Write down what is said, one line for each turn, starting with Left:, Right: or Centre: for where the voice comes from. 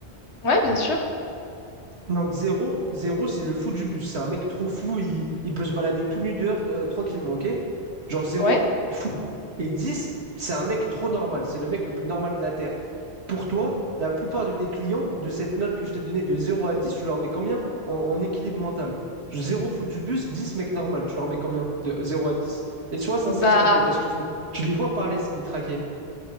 Left: Ouais, bien sûr.
Right: donc Zéro, Zéro, c'est le fou du bus. C'est un mec trop fou, il, il peut se balader tout nu dehors euh, tranquillement, ok? Genre Zéro,
Left: Ouais.
Right: fou. Et 10, c'est un mec trop normal. C'est le mec le plus normal de la Terre. Pour toi, la plupart de tes clients, de cette note que je t'ai donnée de zéro à 10, tu leur mets combien en, en équilibre mental? Zéro fou du bus, 10 mec normal. Tu leur mets combien de zéro à dix Et sois sincère,
Left: Bah,
Right: s'il te plaît, parce que tu, tu les vois parler, c'est détraqués.